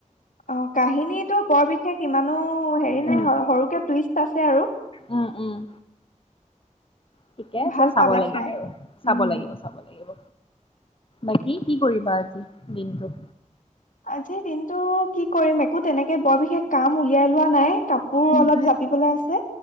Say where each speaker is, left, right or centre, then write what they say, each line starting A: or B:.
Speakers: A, on the left; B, on the left.
A: অ' কাহিনীতটো বৰ বিশেষ ইমানো হেৰি
B: উম
A: নাই সৰুকে টুইষ্ট আছে আৰু।
B: উম উম। ঠিকে আছে
A: ভাল
B: চাব
A: পাবা
B: লাগিব
A: চাই
B: আৰু চাব
A: উম
B: লাগিব চাব লাগিব। বাকী কি কৰিবা আজি দিনটো।
A: আজিৰ দিনতটো কি কৰিম একো তেনেকে বৰ বিশেষ কাম উলিয়াই লোৱা নাই কাপোৰ
B: উম,
A: অলপ জাপিবলৈ আছে